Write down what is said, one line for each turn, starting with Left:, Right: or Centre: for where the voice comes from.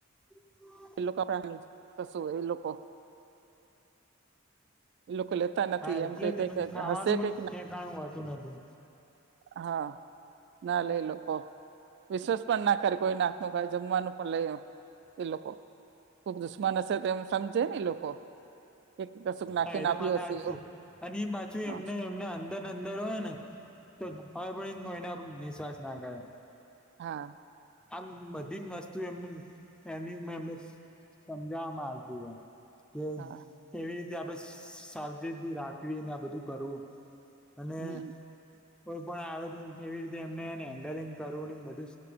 Centre: હ
Right: એ લોકો આપણ ને કશું એ લોકો એ લોકો લે નથી
Centre: હા એટલે
Right: એમ કે
Centre: જ
Right: કઈક
Centre: એનું ખાવાનું
Right: હશે
Centre: પણ
Right: કે
Centre: ઠેકાણું હોતું નથી
Right: હા ના લે લોકો વિશ્વાસ પણ ના કરે કોઈ ના હાથનું કઈ જમવાનું પણ લે એ લોકો ખુબ દુશ્મન હશે તેમ સમજે ને લોકો. કે કશુંક નાખીને
Centre: હા એ તો
Right: આપ્યું
Centre: વાત સાચી
Right: હશે એવું
Centre: અને એ પાછું
Right: હા
Centre: એમને એમને અંદર અંદર હોય ને તો પણ કોઈનો પર નિશ્વાસ ના કરે
Right: હા
Centre: આમ બધી વસ્તુ એમને ટ્રેનિંગ મા એમને સમજાવામાં આવતી હોય કે
Right: હા
Centre: એવી રીતે આપડે સાવચેતી રાખવી ને આ બધું કરવું. અને
Right: હમ
Centre: કોઈ પણ આવે તો કેવી રીતે એમને હેન્ડલિંગ કરવું એ બધું